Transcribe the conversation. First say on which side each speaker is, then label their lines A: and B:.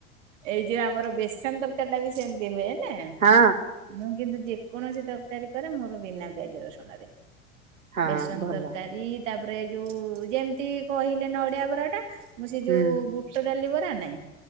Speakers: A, on the right; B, on the right.
A: ଏଇ ଯୋଉ ଆମର ବେସନ ତରକାରୀ ଟା ବି ସେମିତି ହୁଏ ନା।
B: ହଁ
A: ମୁଁ କିନ୍ତୁ ଯେକୌଣସି ତରକାରୀ କରେ ମୋର ବିନା ପିଜ ରସୁଣରେ।
B: ହଁ
A: ବେସନ୍
B: ଭଲ
A: ତରକାରୀ ତାପରେ ଯୋଉ ଯେମିତି କହିଲେ ନଡିଆ ବରାଟା। ମୁଁ ସେ
B: ହୁଁ
A: ଯୋଉ ବୁଟ ଡାଲି ବରା ନାଇଁ